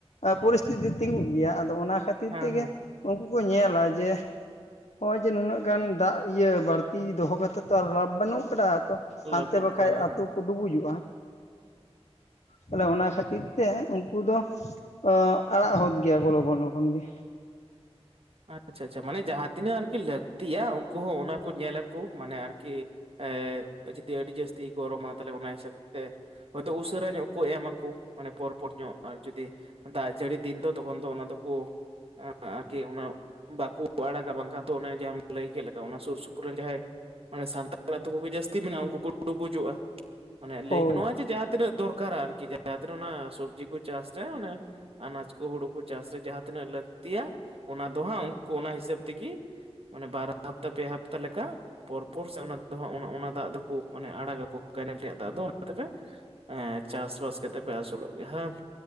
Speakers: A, on the left; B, on the right.
A: ᱯᱚᱨᱤᱥᱛᱷᱤᱛᱤ ᱛᱤᱸᱜᱩᱜ ᱜᱮᱭᱟ ᱟᱫᱚ ᱚᱱᱟ ᱠᱷᱟᱹᱛᱤᱨ
B: ᱦᱮᱸ
A: ᱛᱮᱜᱮ
B: ᱦᱮᱸ
A: ᱩᱱᱠᱩ ᱠᱚ ᱧᱮᱞᱟ ᱡᱮ ᱦᱚᱜᱼᱚᱭ ᱡᱮ ᱱᱩᱱᱟᱹᱜ ᱜᱟᱱ ᱫᱟᱜ ᱤᱭᱟᱹ ᱵᱟᱹᱲᱛᱤ ᱫᱚᱦᱚ ᱠᱟᱛᱮ ᱛᱚ ᱞᱟᱵᱷ ᱵᱟᱹᱱᱩᱜ ᱠᱟᱫᱟ ᱛᱚ ᱦᱟᱱᱛᱮ
B: ᱞᱟᱵᱷ ᱵᱟᱹᱱᱩᱜ
A: ᱵᱟᱠᱷᱟᱡ
B: ᱠᱟᱫᱟ
A: ᱟᱹᱛᱩ
B: ᱦᱮᱸ
A: ᱠᱚ ᱰᱩᱵᱩᱡᱚᱜᱼᱟ᱾ ᱛᱟᱞᱮ ᱚᱱᱟ ᱠᱷᱟᱹᱛᱤᱨ ᱛᱮ ᱩᱱᱠᱩ ᱫᱚ ᱚ ᱟᱲᱟᱜ ᱦᱚᱫ ᱜᱮᱭᱟ ᱠᱚ ᱞᱚᱜᱚᱱ ᱞᱚᱜᱚᱱ ᱜᱮ᱾
B: ᱟᱪᱪᱷᱟ ᱟᱪᱪᱷᱟ ᱢᱟᱱᱮ ᱡᱟᱦᱟᱸ ᱛᱤᱱᱟᱹᱜ ᱟᱨᱠᱤ ᱞᱟᱹᱠᱛᱤᱜᱼᱟ ᱩᱱᱠᱩ ᱦᱚᱸ ᱚᱱᱟ ᱠᱚ ᱧᱮᱞ ᱟᱠᱚ ᱢᱟᱱᱮ ᱟᱨ ᱠᱤ ᱮᱸ ᱡᱩᱫᱤ ᱟᱹᱰᱤ ᱤ ᱡᱟᱹᱥᱛᱤ ᱜᱚᱨᱚᱢᱟ ᱛᱟᱦᱞᱮ ᱚᱱᱟ ᱦᱤᱥᱟᱹᱵᱽ ᱛᱮ, ᱦᱚᱭᱛᱳ ᱩᱥᱟᱹᱨᱟ ᱧᱚᱜ ᱠᱚ ᱮᱢᱟᱠᱚ ᱢᱟᱱᱮ ᱯᱚᱨᱯᱚᱨ ᱧᱚᱜ ᱟᱨ ᱡᱩᱫᱤ ᱫᱟᱜ ᱡᱟᱹᱲᱤ ᱫᱤᱱ ᱫᱚ ᱛᱚᱠᱷᱚᱱ ᱫᱚ ᱚᱱᱟ ᱫᱚᱠᱚ ᱟᱨᱠᱤ ᱚᱱᱟ ᱵᱟᱠᱚ ᱟᱲᱟᱜᱟ ᱵᱟᱝᱠᱷᱟᱱ ᱛ ᱚᱱᱮ ᱡᱟᱦᱟᱸᱢ ᱞᱟᱹᱭ ᱠᱮᱫ ᱞᱮᱠᱟ ᱚᱱᱟ ᱥᱩᱨ ᱥᱩᱯᱩᱨ ᱨᱮᱱ ᱡᱟᱦᱟᱸᱭ ᱢᱟᱱᱮ ᱥᱟᱱᱛᱟᱲ ᱟᱹᱛᱩ ᱠᱚᱜᱮ ᱡᱟᱹᱥᱛᱤ ᱢᱮᱱᱟᱜᱼᱟ ᱩᱱᱠᱩ ᱠᱚ ᱰᱩᱵᱩᱡᱚᱜᱼᱟ᱾ ᱢᱟᱱᱮ ᱞᱟᱹᱭ
A: ᱦᱳᱭ
B: ᱜᱟᱱᱚᱜᱼᱟ ᱡᱟᱦᱟᱸ ᱛᱤᱱᱟᱹᱜ ᱫᱚᱨᱠᱟᱨᱟ ᱟᱨᱠᱤ ᱡᱟᱦᱟᱸ ᱛᱤᱱᱟᱹᱜ ᱚᱱᱟ ᱥᱚᱵᱡᱤ ᱠᱚ ᱪᱟᱥᱟ ᱚᱱᱮ ᱟᱱᱟᱡ ᱠᱚ ᱦᱩᱲᱩ ᱠᱚ ᱪᱟᱥ ᱨᱮ ᱡᱟᱦᱟᱸ ᱛᱤᱱᱟᱹᱜ ᱞᱟᱹᱠᱛᱤᱭᱟ ᱚᱱᱟ ᱫᱚ ᱦᱟᱸᱜ ᱩᱱᱠᱩ ᱚᱱᱟ ᱦᱤᱥᱟᱹᱵ ᱛᱮᱜᱤ ᱢᱟᱱᱮ ᱵᱟᱨᱟ ᱦᱟᱯᱛᱟ ᱯᱮ ᱦᱟᱯᱛᱟ ᱞᱮᱠᱟ ᱯᱚᱨᱯᱚᱨ ᱥᱮ ᱚᱱᱟ ᱫᱚ ᱚᱱᱟ ᱫᱟᱜ ᱫᱚᱠᱚ ᱢᱟᱱᱮ ᱟᱲᱟᱜᱟᱚ ᱠᱮᱱᱮᱞ ᱨᱮᱭᱟᱜ ᱫᱟᱜ ᱫᱚ ᱚᱱᱟ ᱛᱮᱜᱮ ᱮᱸ ᱪᱟᱥ ᱵᱟᱥ ᱠᱟᱛᱮ ᱯᱮ ᱟᱥᱩᱞᱚᱜ ᱜᱮᱭᱟ ᱵᱟᱝ?